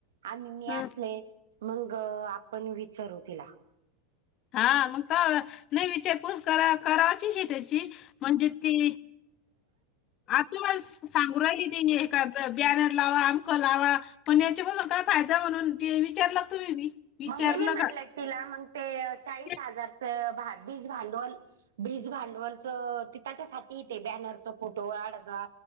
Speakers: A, on the right; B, on the left.
A: आम्ही मी
B: हं.
A: असले मग आपण विचारू तिला
B: हा मग त नाही विचारपूस करा कराची त्याची म्हणजे ती आ तुम्हाला सांगू राहिली त्यांनि ए काय बॅनर लावा अमक लावा पण याच्या पासून काय फायदा म्हणून ते बी विचारलात तुम्ही बी विचारलं
A: मग मी नाही म्हणलं
B: का?
A: तिला मग ते चाळीस
B: ते
A: हजारच भा बीज भांडवल बीज भांडवल डवलच त्याच्यासाठीेते बॅनरच फोटो अड जा